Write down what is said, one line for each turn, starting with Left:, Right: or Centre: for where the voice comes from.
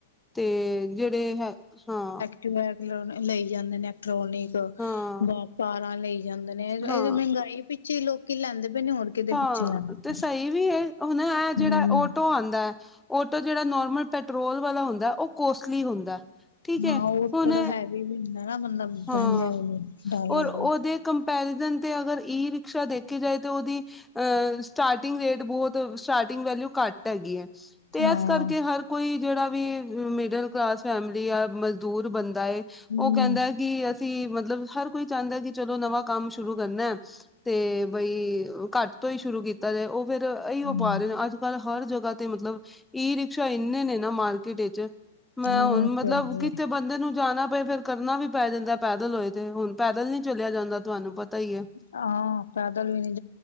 Centre: ਤੇ ਜਿਹੜੇ ਹੈ ਹਾਂ
Left: ਟ੍ਰੋਨਕ ਲਈ ਜਾਂਦੇ, ਇਲੈਕਟ੍ਰੋਨਿਕ
Centre: ਹਾਂ
Left: ਬਾਪਾਰਾ ਲਈ ਜਾਂਦੇ ਨੇ, ਇਹ
Centre: ਹਾਂ
Left: ਤੇ ਮਹਿੰਗਾਈ ਪਿੱਛੇ ਲੋਕੀ ਲੈਂਦੇ ਪਏ ਨੇ ਹੋਰ ਕਿਦੇ
Centre: ਹਾਂ,
Left: ਪਿੱਛੇ ਲੈਂਦੇ
Centre: ਤੇ
Left: ਪਏ
Centre: ਸਹੀ ਵੀ ਏ, ਹੁਣ ਐ ਜਿਹੜਾ
Left: ਹਮ
Centre: ਓਟੋ ਆਂਦਾ ਐ ਓਟੋ ਜਿਹੜਾ ਨੋਰਮਲ ਪੈਟਰੋਲ ਵਾਲਾ ਹੁੰਦਾ, ਉਹ ਕੋਸਟਲੀ ਹੁੰਦਾ। ਠੀਕ ਹੈ
Left: ਹਾਂ, ਉਹ ਥੋੜਾ
Centre: ਹੁਣ
Left: ਹੈਵੀ ਵੀ ਹੁੰਦਾ ਨਾ ਬੰਦਾ ਬਹਿੰਦਿਆਂ
Centre: ਹਾਂ
Left: ਡਰ ਲੱਗਦਾ।
Centre: ਔਰ ਉਹਦੇ ਕੰਪੈਰੀਜ਼ਨ ਤੇ ਅਗਰ ਈ ਰਿਕਸ਼ਾ ਦੇਖੀ ਜਾਏ, ਤਾ ਉਹਦੀ ਅ ਸਟਾਰਟਿੰਗ ਰੇਟ ਬਹੁਤ, ਸਟਾਰਟਿੰਗ ਵੈਲਊ ਘੱਟ ਹੈਗੀ ਏ, ਤੇ
Left: ਹਾਂ
Centre: ਇਸ ਕਰਕੇ ਹਰ ਕੋਈ ਜਿਹੜਾ ਵੀ, ਮਿਡਲ ਕਲਾਸ ਫੈਮਿਲੀ ਆ ਮਜ਼ਦੂਰ ਬੰਦਾ ਏ,
Left: ਹਮ
Centre: ਉਹ ਕਹਿੰਦਾ ਕਿ ਅਸੀ, ਮਤਲਬ ਹਰ ਕੋਈ ਚਾਹੰਦਾ, ਕਿ ਚਲੋ ਨਵਾਂ ਕੰਮ ਸ਼ੁਰੂ ਕਰਨਾ। ਤੇ ਬਈ, ਘੱਟ ਤੋਂ ਹੀ ਸ਼ੁਰੂ ਕੀਤਾ ਜਾਏ, ਉਹ ਫੇਰ ਇਹੀ ਓ
Left: ਹਮ
Centre: ਪਾ ਰਹੇ ਨੇ, ਅੱਜ ਕਲ ਹਰ ਜਗ੍ਹਾ ਤੇ, ਮਤਲਬ ਈ ਰਿਕਸ਼ਾ ਇੰਨੇ ਨੇ ਨਾ ਮਾਰਕੀਟ ਵਿੱਚ, ਮੈਂ
Left: ਹਾਂ
Centre: ਹੁਣ
Left: ਉਹ
Centre: ਮਤਲਬ
Left: ਤੇ ਹੈ ਹੀ
Centre: ਕਿਤੇ
Left: ਹੈ।
Centre: ਬੰਦੇ ਨੂੰ ਜਾਣਾ ਪਏ ਫੇਰ ਕਰਨਾ ਵੀ ਪੈ ਜਾਂਦਾ, ਪੈਦਲ ਹੋਏ ਤੇ ਹੁਣ। ਪੈਦਲ ਨੀ ਚਲਿਆ ਜਾਂਦਾ, ਤੁਵਾਨੂੰ ਪਤਾ ਹੀ ਏ,
Left: ਹਾਂ ਪੈਦਲ ਵੀ ਨਹੀਂ